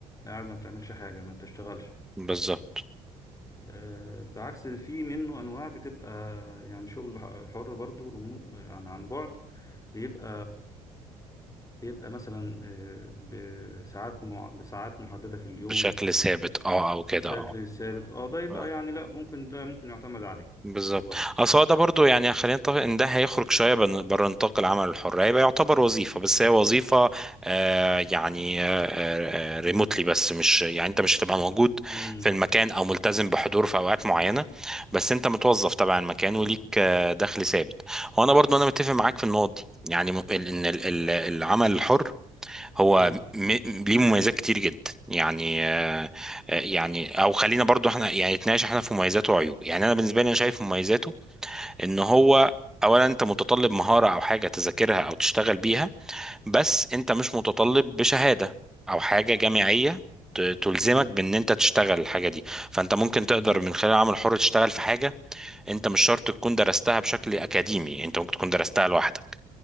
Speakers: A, on the left (about 20°); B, in the centre.
A: قاعد ما بتعملش حاجة ما بتشتغلش
B: بالظبط
A: آه، بعكس في منه انواع بتبقى يعني شغل ح- حر برضو ريموت عن عن بعد بيبقى بيبقى مثلا آه، بساعات مع- بساعات محدده في اليوم
B: بشكل ثابت اه او كده
A: بشكل
B: اه
A: ثابت اه ده يبقى
B: اه
A: يعني لا ممكن ده ممكن يعتمد عليه
B: بالظبط
A: شويه
B: اصل هو ده برضو يعني خلينا نتفق ان ده هيخرج شويه بن- بره نطاق العمل الحر هيبقى يعتبر وظيفه بس هي وظيفه آه يعني آه آه ريموتلي
A: امم
B: بس مش يعني انت مش هتبقى موجود
A: امم
B: في المكان او ملتزم بحضور في اوقات معينه بس انت متوظف تبع المكان وليك آه دخل ثابت وانا برضو انا متفق معاك في النقط دي يعني م- ال- ان ال- ال- العمل الحر هو
A: امم
B: م... ليه مميزات كتير جدا يعني آه، آه، يعني او خلينا برضو احنا يعني نتناقش احنا في مميزاته وعيوبه يعني انا بالنسبه لي انا شايف مميزاته ان هو اولا انت متطلب مهاره او حاجه تذاكرها او تشتغل بيها بس انت مش متطلب بشهاده او حاجه جامعيه ت- تلزمك
A: امم
B: بان انت تشتغل الحاجه دي فانت ممكن تقدر
A: امم
B: من خلال عمل حر تشتغل في حاجه انت مش شرط تكون درستها بشكل اكاديمي انت ممكن تكون درستها لوحدك